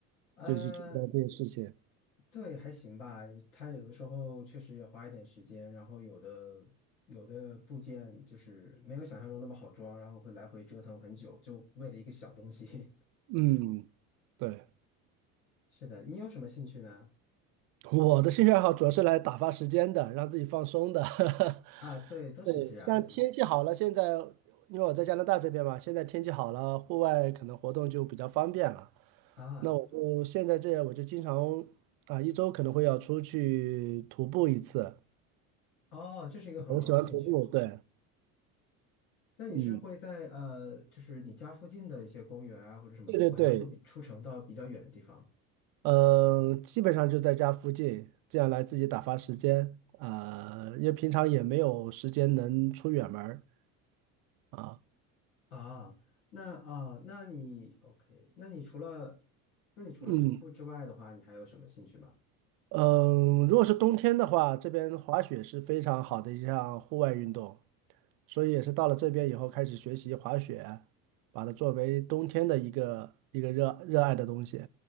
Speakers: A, on the left (about 80°); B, on the right (about 50°).
A: 呃。
B: 就去做到这些事情。
A: 对，还行吧。他有的时候确实也花一点时间，然后有的有的部件就是没有想象中那么好装，然后会来回折腾很久，就为了一个小东西。
B: 嗯，对，
A: <laughs> 是的，你有什么兴趣呢？
B: 我的兴趣爱好主要是来打发时间的，让自己放松的。<laughs>
A: 啊，对，都是这样的
B: 对，像天气好了，现在因为我在加拿大这边嘛，现在天气好了，户外可能活动就比较方便了。
A: 啊。
B: 那我就现在这样，我就经常啊，一周可能会要出去徒步一次。
A: 哦，这是一个很好的兴趣。
B: 我喜欢徒步，对，
A: 那你是会在呃，
B: 嗯，
A: 就是你家附近的一些公园啊，或者什么徒步，
B: 对对对，
A: 还是会比出城到比较远的地方
B: 嗯，基本上就在家附近，这样来自己打发时间。啊、因为平常也没有时间能出远门儿啊。
A: 啊？那啊，那你 OK？那你除了那你除了徒步之外的话，
B: 嗯
A: 你还有什么兴趣吗？
B: 嗯，如果是冬天的话，这边滑雪是非常好的一项户外运动，所以也是到了这边以后开始学习滑雪，把它作为冬天的一个一个热热爱的东西。